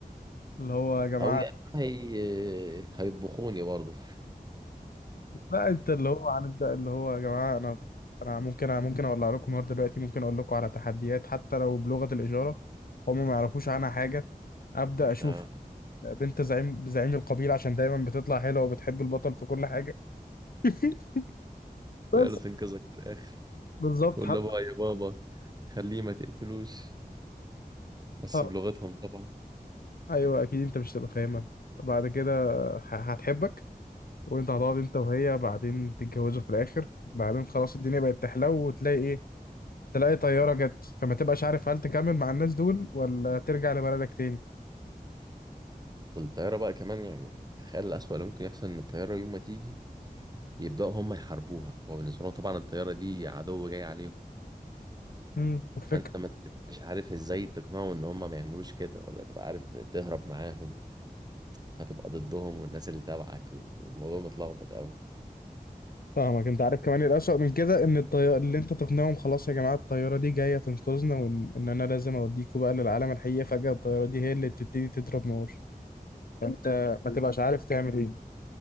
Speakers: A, on the left; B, on the right.
A: اللي هو يا جماعه
B: أو يعني هي... هيطبخوني برضه
A: لا انت اللي هو هنبدا اللي هو يا جماعه انا انا ممكن أنا ممكن اولع لكم النهارده دلوقتي ممكن اقول لكم على تحديات حتى لو بلغه الاشاره هم ما يعرفوش عنها حاجه ابدا اشوف
B: آه،
A: بنت زعيم زعيم القبيله عشان دايما بتطلع حلوه وبتحب البطل في كل حاجه <laughs> بس
B: ويقولوا تنقذك في الآخر
A: بالظبط
B: تقول
A: حتى
B: له بقى يا بابا خليه ما تقتلوش بس
A: آه،
B: بلغتهم طبعا
A: ايوه اكيد انت مش هتبقى فاهمها بعد كده ه- هتحبك وانت هتقعد انت وهي بعدين تتجوزوا في الاخر بعدين خلاص الدنيا بقت تحلو وتلاقي ايه تلاقي طيارة جت فما تبقاش عارف هل تكمل مع الناس دول ولا ترجع لبلدك تاني
B: والطيارة بقى كمان يعني تخيل الأسوأ اللي ممكن يحصل إن الطيارة يوم ما تيجي يبدأوا هم يحاربوها وبالنسبة لهم طبعا الطيارة دي عدو جاي عليهم
A: امم والفكرة
B: فأنت ما تبقاش عارف إزاي تقنعهم إن هم ما يعملوش كده ولا تبقى عارف تهرب معاهم فتبقى ضدهم والناس اللي تبعك والموضوع متلخبط قوي
A: فاهمك انت عارف كمان الأسوأ من كده ان الطيارة اللي انت تقنعهم خلاص يا جماعة الطيارة دي جاية تنقذنا وان ان انا لازم اوديكوا بقى للعالم الحقيقي فجأة الطيارة دي هي اللي بتبتدي تضرب نار فانت ما تبقاش عارف تعمل ايه